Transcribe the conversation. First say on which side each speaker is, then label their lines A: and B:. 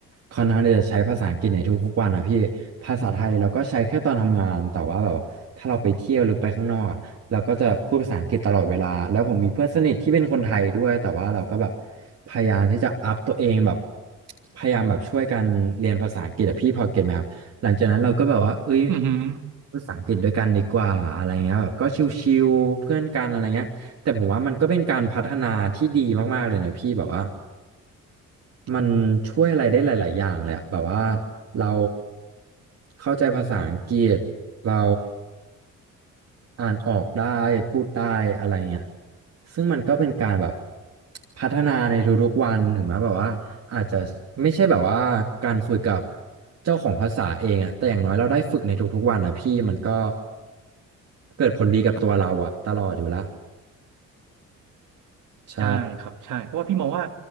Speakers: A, on the right; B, on the right.
A: ค่อนข้างที่จะใช้ภาษาอังกฤษในทุกๆวันนะพี่ ภาษาไทยเราก็ใช้แค่ตอนทำงาน แต่ว่าแบบว่าถ้าเราไปเที่ยวหรือไปข้างนอกอ่ะเราก็จะพูดภาษาอังกฤษตลอดเวลาแล้วผมมีเพื่อนสนิทที่เป็นคนไทยด้วย แต่ว่าเราก็แบบพยายามที่จะอัพตัวเองแบบพยายามแบบช่วยกันเรียนภาษาอังกฤษอะพี่พอเก็ตไหมครับหลังจากนั้นเราก็แบบว่าเอ้ย
B: อือหือ
A: ภาษาอังกฤษด้วยกันดีกว่าอะไรเงี้ยแบบก็ชิวๆเพื่อนกันอะไรเงี้ย แต่ผมว่ามันก็เป็นการพัฒนาที่ดีมากๆเลยนะพี่แบบว่ามันช่วยอะไรได้หลายๆอย่างเลยอะแบบว่าเราเข้าใจภาษาอังกฤษเราอ่านออกได้พูดได้อะไรเงี้ยซึ่งมันก็เป็นการแบบพัฒนาในทุกๆวันถึงแม้แบบว่าอาจจะไม่ใช่แบบว่าการคุยกับเจ้าของภาษาเองอะแต่อย่างน้อยเราได้ฝึกในทุกๆวันนะพี่มันก็เกิดผลดีกับตัวเราอะตลอดอยู่แล้วใช่
B: ใช่ครับใช่เพราะว่าพี่มองว่า